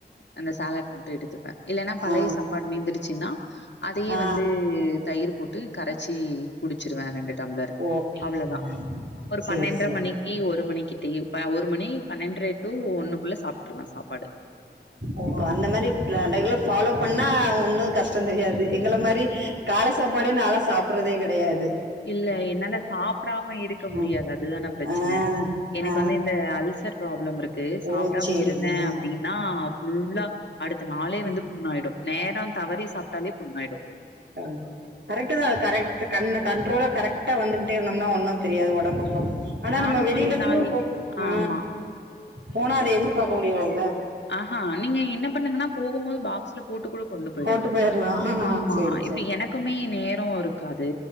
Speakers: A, on the left (about 80°); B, on the right (about 85°).
A: அந்த சாலாட் மட்டு எடுத்துப்பே இல்லன்னா பழைய
B: ஆ
A: சாப்பாடு மீந்துருச்சுன்னா அதயே
B: ஆ
A: வந்து தயிரு போட்டு கரச்சி குடிச்சிருவே ரெண்டு டம்ளர்
B: ஓகே
A: அவ்ளதா
B: ம்
A: ஒரு
B: சேரி
A: பன்னெண்ட்ர
B: சேரி
A: மணி கி ஒரு மணிக்கி டீ ஒரு மணி பன்னெண்ட்ர டூ ஒண்ணுக்குள்ள சாப்ட்ருவே சாப்பாடு
B: ஓ அந்த மாரி ரெகுலர் ஃபாலோ பண்ணா ஒன்னு கஷ்டோ தெரியாது எங்கள மாரி கால சாப்பாடே நா லா சாப்பறதே கெடயாது
A: இல்ல என்னால சாப்டாம இருக்க முடியாது
B: ம்
A: அதுதான பிரச்சன
B: ஆ
A: எனக்கு
B: ஆ
A: வந்து இந்த அல்சர் ப்ராப்ளம் இருக்கு சாப்பிடாம
B: ஓ சேரிங்க
A: இருந்தே அப்டின்னா ஃபுல்லா அடுத்த நாளே
B: ம்
A: வந்து புண்ணாயிடு நேரோ தவறி சாப்ட்டாலே புண்ணாயிடு
B: ஆ கரெக்ட தா கரெக் கண் கண்ட்ரோலா கரெக்டா வந்துகிட்டே இருந்தோம்னா ஒன்னு தெரியாது உடம்புக்கு ஆனா
A: நானும்
B: நம்ம வெளியில
A: கொஞ்ச
B: எதிர
A: நாள்
B: போ ஆ
A: ஆமா.
B: போனா அதை எதிர்பார்க்க முடியாதுல
A: ஆ ஆ நீங்க என்ன பண்ணுங்கன்னா போகும் போது பாக்ஸ்ல போட்டுக் கூட கொண்டு போயிடுங்க
B: போட்டு போயிரலா
A: ஆமா
B: சேரி
A: இப்ப
B: சேரி
A: எனக் குமே நேரோ இருக்காது